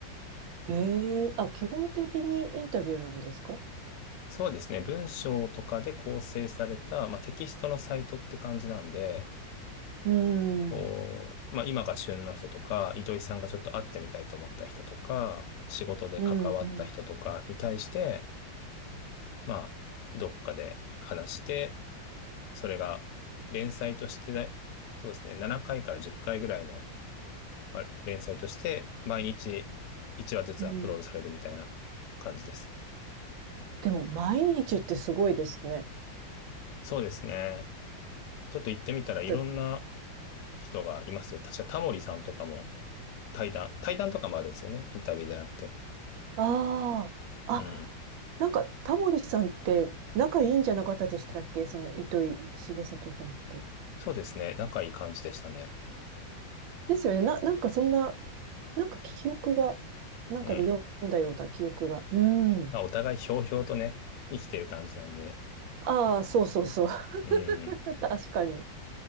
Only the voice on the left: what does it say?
そうですね。文章とかで構成された、まあ、テキストのサイトって感じなんで、
こう、まあ今が旬の人とか、糸井さんがちょっと会ってみたいと思った人とか、仕事で関わった人とかに対して、
まあ、どっかで話して、それが連載としてだ、そうですね、7回かいから10回ぐらいの、まあ、連載として、毎日1話ずつアップロードされるみたいな感じです。
そうですね。ちょっと行ってみたらいろんな
人がいますよ。確かタモリさんとかも対談、対談とかもあるんですよね。インタビューじゃなくて。
うん。
そうですね。仲いい感じでしたね。
うん。
まあ、お互いひょうひょうとね、生きてる感じなんで。
うん。